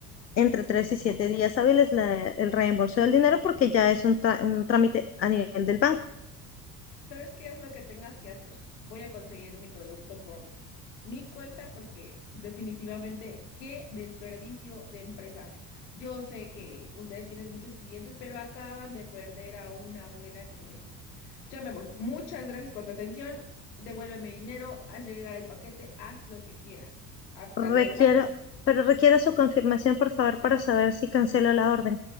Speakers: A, on the left; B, on the left.
A: entre 3 y 7 días hábiles la- el reembolso del dinero porque ya es un, tra- un trámite a nivel del banco.
B: ¿Sabes qué? Haz lo que tengas que hacer. Voy a conseguir mi producto por mi cuenta porque definitivamente qué desperdicio de empresa. Yo sé que ustedes tienen muchos clientes, pero acaban de perder a una buena clienta. Ya me voy. Muchas gracias por tu atención. Devuélveme dinero, haz llegar el paquete, haz lo que quieras. Hasta luego.
A: Requiero, pero requiero su confirmación, por favor, para saber si cancelo la orden.